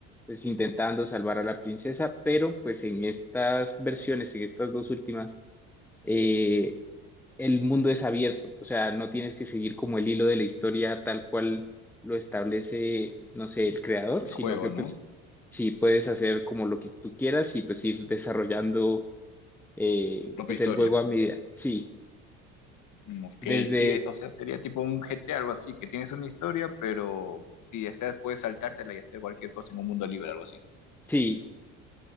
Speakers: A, in the centre; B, on the left.
A: pues intentando salvar a la princesa, pero pues en estas versiones, en estas dos últimas, eh, el mundo es abierto, o sea, no tienes que seguir como el hilo de la historia tal cual lo establece, no sé, el creador,
B: El
A: sino
B: juego,
A: que
B: ¿no?
A: pues sí puedes hacer como lo que tú quieras y pues ir desarrollando eh,
B: Tu propia
A: pues
B: historia.
A: el juego a medida, sí,
B: Mm, Ok,
A: desde...
B: sí, eh, o sea, sería tipo un GTA, algo así, que tienes una historia, pero si deseas puedes saltártela y hacer cualquier cosa en un mundo libre, algo así.
A: Sí,